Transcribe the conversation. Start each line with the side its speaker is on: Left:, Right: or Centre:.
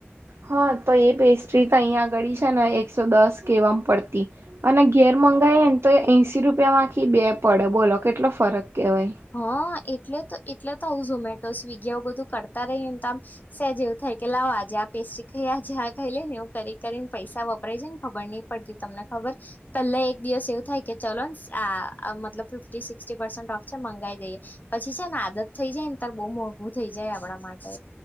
Right: હા તો એ પેસ્ટ્રી તો અહીયાં આ ગળી છે ને એકસો દસ કેમ એવા મ પડતી અને ઘેર મંગાવાય ને તો એ એસી રૂપિયામાંખી બે પડે બોલો કેટલો ફરક કહેવાય
Left: હા એટલે તો એટલે તો આવ ઝોમેટો સ્વિગી આવ બધું કરતા રહી ને તો આમ. સે જેવું થઈ કે લાવો આજે આ પેસ્ટ્રી ખાઈ આજે આ કઈ લે ને એવું કરી કરીને પૈસા વપરાય જેને ખબર નહીં પડતી તમને ખબર. પહેલા એક દિવસ એવું થાય કે ચલો આ મતલબ ફિફ્ટી સિક્સટી પરસેન્ટ ઓફ છેમંગાઈ દઈ પછી છે ને આદત થઈ જાય ને તાર બહુ મોંઘું થઈ જાય આપણા માટે.